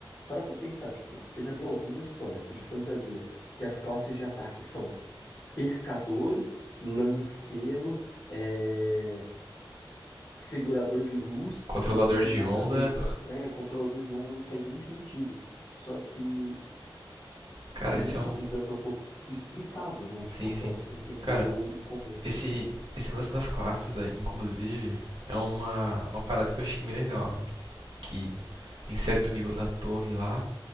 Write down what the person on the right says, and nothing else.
Controlador
de
onda
Cara,
esse é um.
Sim,
sim.
Cara,
esse, esse lance das classes, aí, inclusive, é uma, uma parada que eu achei bem legal, né? Que em certo nível da torre lá,